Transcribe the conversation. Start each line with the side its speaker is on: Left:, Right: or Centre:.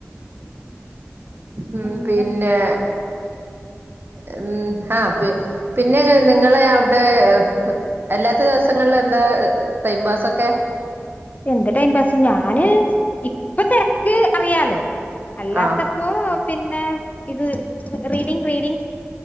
Right: ഉം
Left: അങ്ങനെ
Right: പിന്നേ ഉം ആഹ് പി പിന്നെ നിങ്ങളെ അവിടെ ഏഹ് അല്ലാത്ത ദെവസങ്ങളില് എന്താ ഏഹ് ടൈം പാസക്കെ
Left: എന്ത് ടൈം പാസ് ഞാന് ഇപ്പം തെരക്ക് അറിയാലോ അല്ലാത്തപ്പോം
Right: ആഹ്
Left: പിന്നെ ഇത് റീഡിഗ് റീഡിഗ്